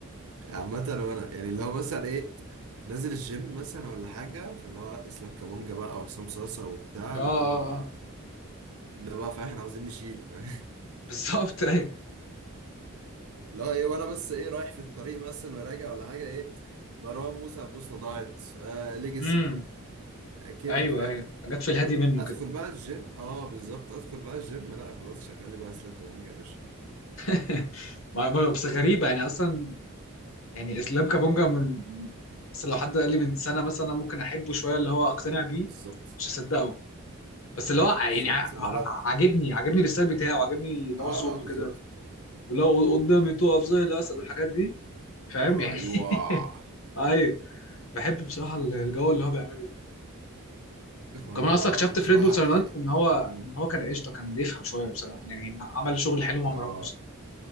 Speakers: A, on the right; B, on the left.
A: عامة وانا يعني اللي هو مثلا ايه نازل الجيم مثلا ولا حاجة فاللي هو لا اسلام كابونجا بقى وعصام صاصة وبتاع
B: اه
A: اللي
B: اه
A: هو
B: اه
A: ده بقى فاهم احنا عاوزين نشيل <laughs>
B: <laughs> بالظبط ايوه
A: اللي هو ايه وانا بس ايه رايح في الطريق مثلا وراجع ولا حاجة ايه مروان موسى البوصلة ضاعت آه ليجاسي
B: امم
A: آه كده
B: ايوه
A: فاهم
B: ايوه حاجات في الهادي منه
A: ادخل
B: كده
A: بقى الجيم اه بالظبط ادخل بقى الجيم لا خلاص شغال لي بقى اسلام كابونجا يا باشا
B: <laughs> ما- ما- بس غريبه يعني اصلا يعني اسلام كابونجا من بس لو حد قال لي من سنه مثلا أنا ممكن احبه شويه اللي هو اقتنع بيه
A: بالظبط
B: مش هصدقه بس اللي هو ع-
A: بالظبط
B: يعني ع-
A: اللي هو بقى
B: عاجبني عاجبني الستايل بتاعه عاجبني اللي
A: اه
B: هو صوته
A: اه بالظبط
B: كده واللي هو قدامي تقف زي الاسد والحاجات دي فاهم
A: اللي هو
B: يعني
A: ايوه
B: <laughs> ايوه بحب بصراحه الجو اللي هو بيعمله
A: فهو
B: ده كمان اصلا اكتشفت
A: هو بصراحة
B: في ريد بول سايونات
A: حق- يعني
B: ان هو
A: امم
B: ان هو كان قشطه كان بيفهم شويه بصراحه يعني عمل شغل حلو مع مروان
A: اه
B: موسى